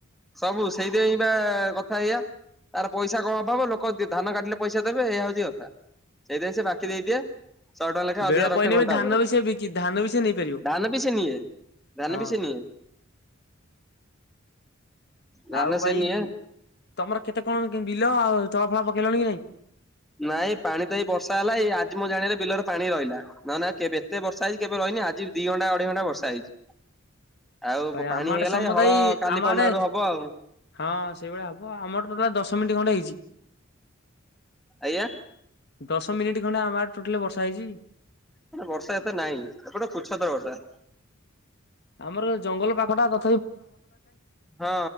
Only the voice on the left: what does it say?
ବେଳ
ପଇଲେ
ବି ଧାନ
ବି ସେ ବିକି ଧାନ ବି ସେ ନେଇପାରିବ।
ହଁ
ଆଉ ଭାଇ,
ତମର କେତେ କଣ ବିଲ, ଆଉ ଚଳାଫଳା ପକେଇଲଣି କି ନାଇଁ?
ଭାଇ ଆମ
ଆଡେ
ସମତେ
ଏଇ
ଆମ
ଆଡେ
ହଁ ସେଇଭଳିଆ ହବ ଆମର ଟୋଟାଲ ଦଶ ମିନିଟ୍ ଖଣ୍ଡେ ହେଇଛି।
ଦଶ ମିନିଟ୍ ଖଣ୍ଡେ ଆମ ଟୋଟାଲି ବର୍ଷା ହେଇଛି।
ଆମର ଜଙ୍ଗଲ ପାଖ ଟା